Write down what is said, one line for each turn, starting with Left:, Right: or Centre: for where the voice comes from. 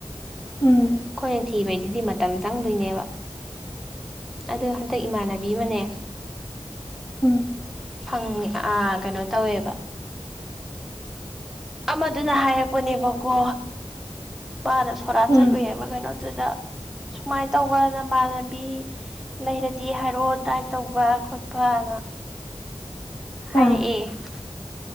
Left: ꯎꯝ
Centre: ꯑꯩꯈꯣꯏꯅ ꯊꯤꯕꯩꯗꯨꯗꯤ ꯃꯇꯝ ꯆꯪꯗꯣꯏꯅꯦꯕ ꯑꯗ ꯍꯟꯗꯛ ꯏꯃꯥꯟꯅꯕꯤ ꯑꯃꯅꯦ
Left: ꯎꯝ
Centre: ꯐꯪꯅꯤ ꯑ ꯀꯩꯅꯣ ꯇꯧꯋꯦꯕ ꯑꯃꯗꯨꯅ ꯍꯥꯏꯔꯛꯄꯅꯦꯕꯀꯣ ꯃꯥꯅ ꯁꯣꯔꯥ
Left: ꯎꯝ
Centre: ꯆꯠꯂꯨꯑꯕ ꯀꯩꯅꯣꯗꯨꯗ ꯁꯨꯃꯥꯏꯅ ꯇꯧꯕ ꯅꯃꯥꯟꯅꯕꯤ ꯂꯩꯔꯗꯤ ꯍꯥꯏꯔꯛꯑꯣ ꯗꯥꯏꯠ ꯇꯧꯕ ꯈꯣꯠꯄ ꯑꯗꯣ ꯍꯥꯏꯔꯛꯑꯦ
Left: ꯑꯥ